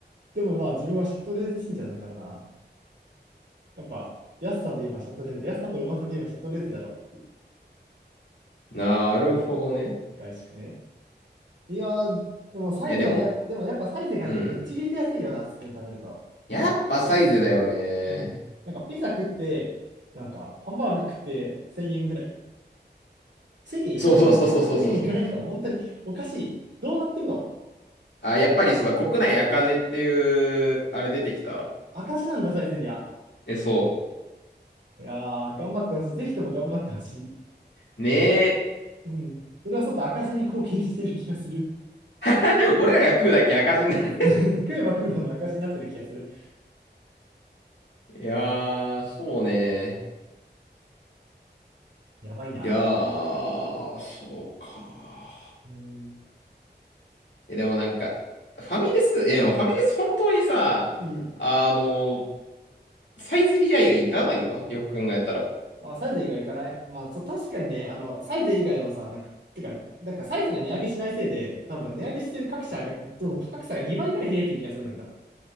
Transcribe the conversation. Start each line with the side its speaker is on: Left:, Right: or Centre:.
Right: でもまあ自分はシャトレーゼ信者だからな。やっぱ、安さで言えばシャトレーゼ、安さとうまさで言えばシャトレーゼだろ。
Left: なるほどね。
Right: 外食ね。いやー、でもサイゼはや、
Left: いや、でも、
Right: でもやっぱサイゼがね、
Left: うん。
Right: ぶっちぎりで安いよな、普通に食べると。
Left: やっぱサイズだよね。
Right: うん。なんかピザ食って、なんかハンバーグ食って1000円ぐらい。1000円いかないか。
Left: そうそうそうそうそうそうそう。
Right: <laughs> いかないかも、本当におかしい。どうなってるの
Left: あ、やっぱりそうだ、国内赤字っていう、あれ出てきたわ。
Right: 明石なんだ、サイゼリア。
Left: え、そ
Right: いやー、頑張ってほしい。ぜひとも頑張ってほしい。
Left: う。ねえ。
Right: うん。それはそうと赤字に貢献している気がする。
Left: <laughs> 俺らが食うだけ赤字になる。
Right: <laughs> 食えば食うほど赤字になってる気がする。
Left: いやー、そうね。
Right: やばいな。
Left: いやー、そうか。
Right: うん。
Left: え、でもなんか、ファミレス、いや、でもファミレス本当にさ、
Right: うん。
Left: あの、サイゼリヤ以外行かないわ。よく考えたら。
Right: まあ、サイゼ以外行かない。まあ、そう、確かにね、あの、サイゼ以外はさ、なんか、てか、なんかサイゼが値上げしないせいで、多分値上げしてる各社が、どの価格差が2倍ぐらい開いてる気がするんだけど。